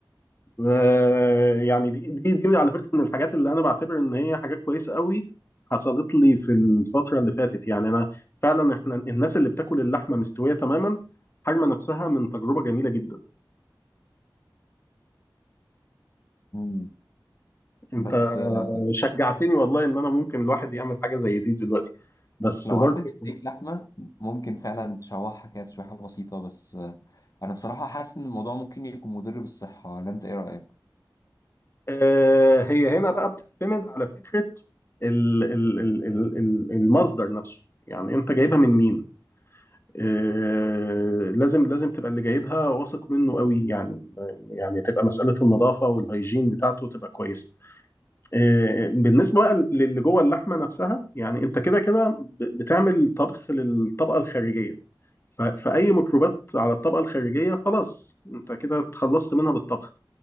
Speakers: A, on the left; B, on the left.
A: آه، يعني دي دي دي على فكرة من الحاجات اللي أنا بعتبر إن هي حاجات كويسة قوي حصلت لي في الفترة اللي فاتت يعني أنا فعلا إحنا الناس اللي بتاكل اللحمة مستوية تماما حارمة نفسها من تجربة جميلة جدا
B: مم.
A: انت
B: بس آه،
A: شجعتني والله ان انا ممكن الواحد يعمل حاجه زي دي دلوقتي بس
B: لو
A: برضه
B: عندك ستيك لحمة ممكن فعلا تشوحها كده تشويحة بسيطة بس آه، أنا بصراحة حاسس إن الموضوع ممكن يكون مضر بالصحة ولا أنت إيه رأيك؟
A: آه، هي هنا بقى بتعتمد على فكره ال- ال- ال- ال- ال- المصدر نفسه يعني انت جايبها من مين آه، لازم لازم تبقى اللي جايبها واثق منه قوي يعني يعني تبقى مساله النظافه والهيجين بتاعته تبقى كويسه آه، بالنسبة بقى للي جوه اللحمة نفسها يعني انت كده كده ب- بتعمل طبخ للطبقة الخارجية ف- فأي ميكروبات على الطبقة الخارجية خلاص انت كده اتخلصت منها بالطبخ